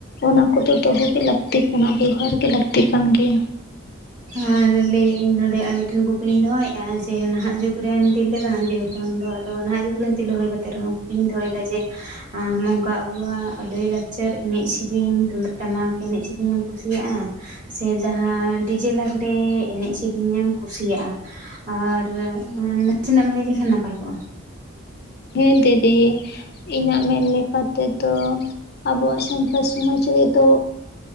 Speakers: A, on the left; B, on the right.
A: ᱚᱱᱟ ᱠᱚᱫᱚ ᱫᱚᱦᱚ ᱜᱮ ᱞᱟᱹᱠ ᱛᱤᱠ ᱠᱟᱱᱟ ᱵᱮᱵᱚᱦᱟᱨ ᱜᱮ ᱞᱟᱹᱠᱛᱤ ᱠᱟᱱ ᱜᱮᱭᱟ᱾
B: ᱟᱨ ᱞᱟᱹᱭᱮᱜᱼᱟᱹᱧ ᱱᱚᱰᱮ ᱟᱨ ᱢᱤᱫᱴᱮᱱ ᱠᱩᱠᱞᱤᱧ ᱫᱚᱦᱚᱭᱮᱜᱼᱟ ᱡᱮ ᱱᱟᱦᱟᱜ ᱡᱩᱜᱽ ᱨᱮᱱ ᱛᱤᱨᱞᱟᱹ ᱠᱟᱱᱟᱢ ᱡᱮᱦᱩ ᱪᱚᱱ ᱫᱚ ᱟᱫᱚ ᱱᱟᱦᱟᱜ ᱡᱩᱜᱽ ᱨᱮᱱ ᱛᱤᱨᱞᱟ. ᱦᱩᱭ ᱠᱟᱛᱮᱜ ᱨᱮᱦᱚᱸ ᱠᱩᱞᱤᱧ ᱫᱚᱦᱚᱭᱫᱟ ᱡᱮ ᱟᱸ ᱱᱚᱝᱠᱟ ᱟᱵᱚᱣᱟᱜ ᱞᱟᱹᱭ ᱞᱟᱠᱪᱟᱨ ᱮᱱᱮᱡ ᱥᱮᱨᱮᱧ ᱛᱩᱢᱫᱟᱜ ᱴᱟᱢᱟᱠ ᱮᱱᱮᱡ ᱥᱮᱨᱮᱧ ᱮᱢ ᱠᱩᱥᱤᱭᱟᱜᱼᱟ? ᱥᱮ ᱡᱟᱦᱟᱸ ᱰᱤᱡᱮ ᱞᱟᱜᱽᱲᱮ ᱮᱱᱮᱡ ᱥᱮᱨᱮᱧ ᱮᱢ ᱠᱩᱥᱤᱭᱟᱜᱼᱟ? ᱟᱨ ᱱᱟᱥᱮᱱᱟᱜ ᱮᱢ ᱞᱟᱹᱭ ᱞᱮᱠᱷᱟᱱ ᱱᱟᱯᱟᱭ ᱠᱚᱜᱼᱟ?
A: ᱦᱮᱸ ᱫᱤᱫᱤ ᱤᱧᱟᱹᱜ ᱢᱮᱱ ᱞᱮᱠᱟᱛᱮ ᱫᱚ ᱟᱵᱚᱣᱟᱜ ᱥᱟᱱᱛᱟ ᱥᱚᱢᱟᱡᱽ ᱨᱮᱫᱚ